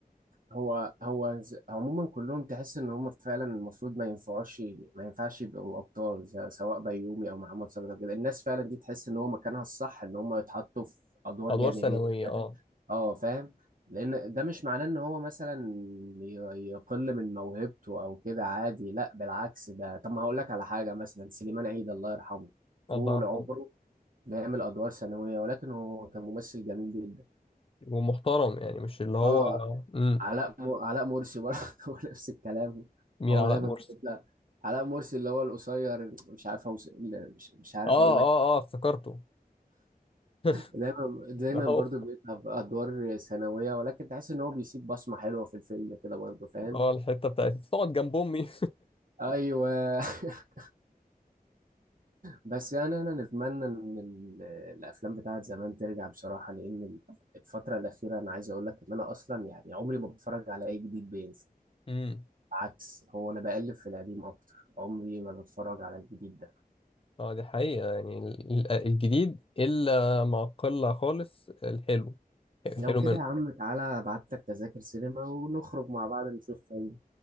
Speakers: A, on the right (about 60°); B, on the left (about 35°).
A: هو هو ز- عموما كلهم تحس ان هم فعلا المفروض ما ينفعوش ما ينفعش يبقوا ابطال ز- سواء بيومي او محمد صلاح أو كده الناس فعلا دي تحس ان هو مكانها الصح ان هم يتحطوا في ادوار
B: ادوار
A: جانبيه
B: ثانويه
A: فاهم
B: اه
A: اه فاهم لان ده مش معناه ان هو مثلا ي- يقل من موهبته او كده عادي لا بالعكس ده طب ما هقول لك على حاجه مثلا سليمان عيد الله يرحمه طول
B: الله يرحمه
A: عمره بيعمل ادوار ثانويه ولكن هو كان ممثل جميل جدا
B: ومحترم يعني مش اللي هو
A: اه
B: امم
A: علاء م... علاء مرسي برضه <laughs> هو نفس الكلام
B: مين
A: هو
B: علاء
A: دايما
B: مرسي
A: بيطلع علاء مرسي اللي هو القصير مش عارف أوص... اللي مش مش عارف
B: اه
A: اقول لك
B: اه اه افتكرته <laughs>
A: دايما دايما
B: اللي هو
A: برضه بيطلع في ادوار ثانويه ولكن تحس ان هو بيسيب بصمه حلوه في الفيلم كده برضه فاهم
B: اللي هو الحته بتاعت تقعد جنب امي
A: ايوه <laughs> بس يعني انا نتمنى ان ال- الافلام بتاعت زمان ترجع بصراحه لان الفتره الاخيره انا عايز اقول لك ان انا اصلا يعني عمري ما بتفرج على اي جديد بينزل
B: <laughs> امم
A: عكس هو انا بقلب في القديم اكتر عمري ما بتفرج على الجديد ده
B: اه دي حقيقه يعني ال- ال- الجديد الا مع قله خالص الحلو
A: لو
B: حلو
A: كده
B: منه
A: يا عم تعالى ابعت لك تذاكر سينما ونخرج مع بعض نشوف فيلم